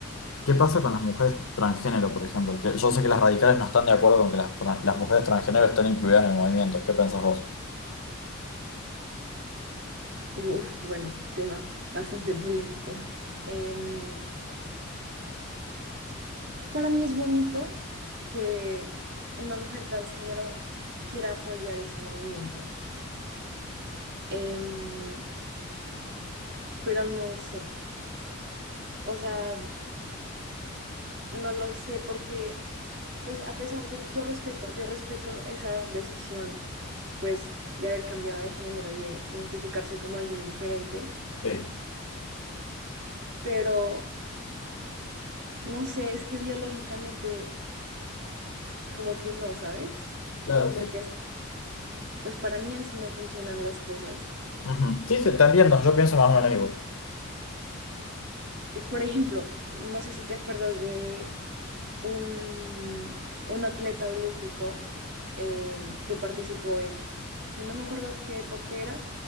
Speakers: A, on the left; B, on the right.
A: ¿qué pasa con las mujeres transgénero, por ejemplo? Que yo sé que las radicales no están de acuerdo con que las, tran- las mujeres transgénero estén incluidas en el movimiento. ¿Qué pensás vos?
B: Uf, bueno, tema bastante polémico. Em, para mí es bonito que una mujer transgénero quiera apoyar ese movimiento, Em, pero no sé, o sea, no lo sé porque, pues a pesar de que yo respeto, yo respeto esa decisión pues de haber cambiado de género y de identificarse como alguien diferente,
A: Sí,
B: pero no sé, es que biológicamente como que no, ¿sabes?
A: claro.
B: Como que, as- pues para mí así no funcionan las cosas.
A: Ujú. Sí, sí, te entiendo, yo pienso más o menos igual.
B: Eh, Por ejemplo, no sé si te acuerdas de un, un atleta olímpico em, que participó en, no me acuerdo qué deporte era,